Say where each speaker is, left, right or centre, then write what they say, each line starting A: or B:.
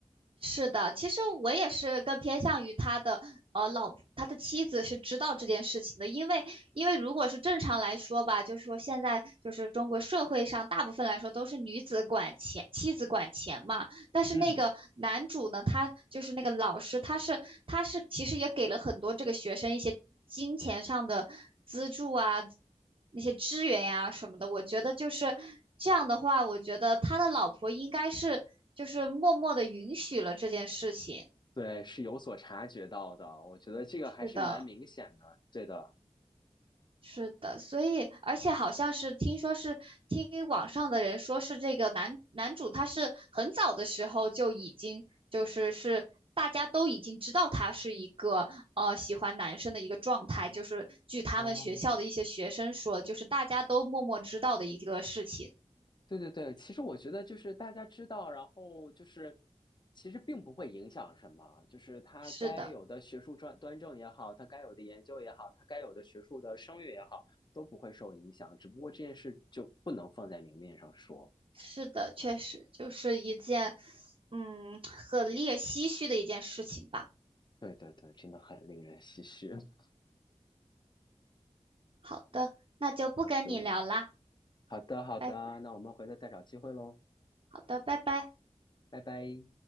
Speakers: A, on the right (about 50°); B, on the left (about 40°).
A: 是的，其实我也是更偏向于他的呃老婆，他的妻子是知道这件事情的，因为因为如果是正常来说吧，就是说现在就是中国社会上大部分来说都是女子管钱，妻子管钱嘛。但是那个男主呢，
B: 嗯，
A: 他就是那个老师，他是他是其实也给了很多这个学生一些金钱上的资助啊，那些支援呀、什么的。我觉得就是这样的话，我觉得他的老婆应该是就是默默的允许了这件事情。
B: 对，是有所察觉到的，我觉得这个还是蛮明显的。
A: 是的。
B: 对的，
A: 是的，所以而且好像是听说是听网上的人说是这个男男主他是很早的时候就已经就是是大家都已经知道他是一个呃喜欢男生的一个状态，就是据他们学校的一些学生说，
B: 哦。
A: 就是大家都默默知道的一个事情。
B: 对对对，其实我觉得就是大家知道，然后就是其实并不会影响什么，就是它该有的学术专端正也好，
A: 是的，
B: 它该有的研究也好，它该有的学术的声誉也好，都不会受影响。只不过这件事就不能放在明面上说。
A: 是的，确实就是一件嗯很令人唏嘘的一件事情吧。
B: 对对对，真的很令人唏嘘。<laughs>
A: 好的，那就不跟你聊啦，
B: 好的，好的，好的，
A: 拜拜。
B: 那我们回头再找机会喽，
A: 好的，拜拜。
B: 拜拜。